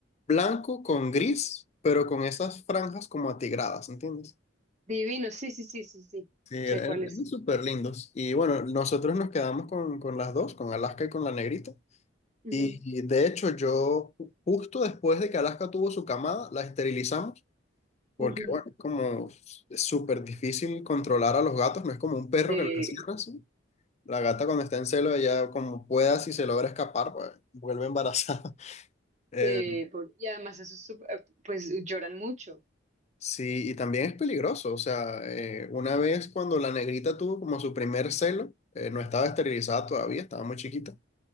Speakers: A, on the left; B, on the right.
A: blanco con gris, pero con esas franjas como atigradas, ¿entiendes?
B: Divino, sí, sí, sí, sí, sí.
A: Sí, era-
B: Sé cuáles
A: eran, eran
B: son.
A: súper lindos. Y bueno, nosotros nos quedamos con, con las dos, con Alaska y con la negrita.
B: Ujú,
A: Y, y de hecho, yo ju- justo después de que Alaska tuvo su camada, la esterilizamos, porque
B: ujú.
A: bueno, es como s- es súper difícil controlar a los gatos, no es como un perro
B: Sí,
A: que lo encierras.
B: claro.
A: ¿sí? La gata cuando está en celo, ella como pueda, si se logra escapar, pues vuelve embarazada. <laughs> Eh,
B: Sí, por- y además eso es sup- eh, pues lloran mucho.
A: sí, y también es peligroso. O sea, eh, una vez cuando la negrita tuvo como su primer celo, eh, no estaba esterilizada todavía, estaba muy chiquita.